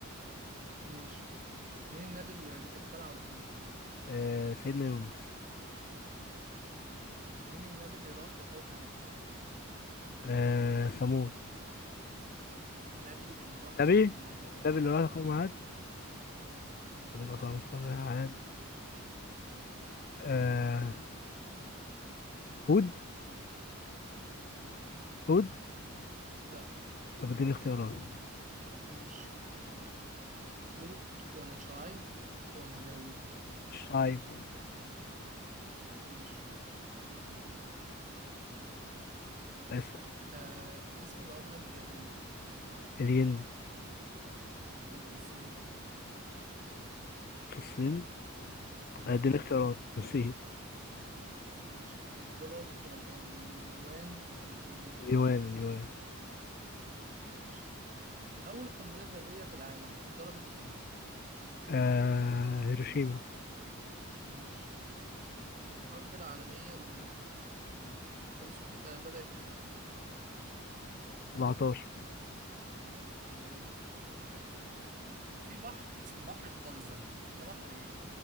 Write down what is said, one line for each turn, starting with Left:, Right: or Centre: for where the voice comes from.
Right: ماشي مين النبي اللي ابتلعوا الحوت؟
Left: أه... سيدنا يونس
Right: مين النبي اللي راح لقوم عاد؟
Left: أه... ثمود
Right: النبي اللي راح لقوم
Left: نبي
Right: عاد
Left: النبي اللي راح
Right: اه
Left: يقوم عاد شغل خمسة واحد آه. هود
Right: دي
Left: هود
Right: لا
Left: طب اديني اختيارات
Right: ماشي لوط ولا شعيب ولا داوود
Left: الشايب
Right: ماشي
Left: اسأل
Right: آه اسم العملة في اليابان
Left: الين
Right: وفي الصين
Left: في الصين
Right: مم.
Left: اديني اختيارات نسيت
Right: ماشي الدولار ولا اليوان ولا الين
Left: اليوان اليوان
Right: ماشي أول قنبلة ذرية في العالم اتضربت فين؟
Left: آه. هيروشيما
Right: ماشي الحرب العالمية الأولى خلصت آه بدأت إمتى؟
Left: 17
Right: تمام في بحر اسمه بحر القلزم ده بحر إيه؟